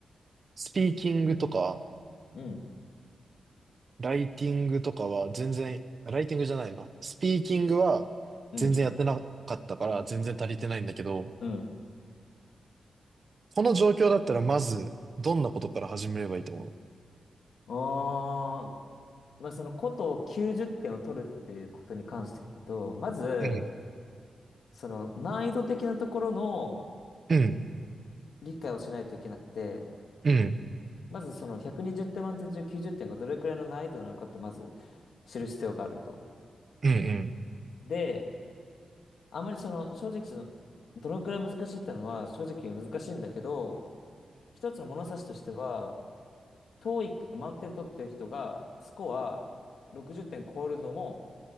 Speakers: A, on the right; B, on the left.
A: スピーキングとか、
B: うん、
A: ライティングとかは全然、ライティングじゃないな。スピーキングは全然やってなかったから全然足りてないんだけど、
B: うん、うん。
A: この状況だったらまず、どんなことから始めればいいと思
B: あー、まあ、その、ことを90点を取るっていうことに関して言うと、まず、
A: ううん、
B: その、難易度的なところの
A: うん、
B: 理解をしないといけなくて、
A: うん、
B: まずその120点満点中90点がどれくらいの難易度なのかってまず知る必要があると。
A: うん、うん、
B: で、あまりその正直そのどのくらい難しいってのは正直難しいんだけど、一つの物差しとしては、トーイック満点取ってる人がスコア60点超えるのも